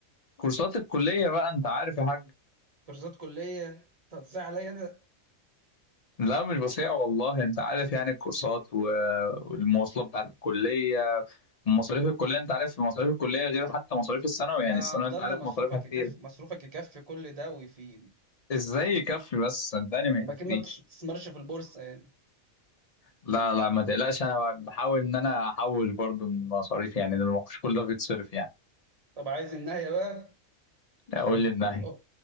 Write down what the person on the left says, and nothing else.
كورسات الكلية بقى انت عارف يا حاج
لا مش بصيع والله انت عارف يعني الكورسات و- والمواصلات بتاعت الكلية مصاريف الكلية انت عارف مصاريف الكلية غير حتى مصاريف الثانوي
يعني
الثانوي انت
عارف
مصاريفها كتير
ازاي يكفي بس صدقني ما يكفيش
لا لا ما تقلقش انا بحاول ان انا احوش برضو من مصاريف يعني لأن مش كل ده بيتصرف يعني
اقول للنهي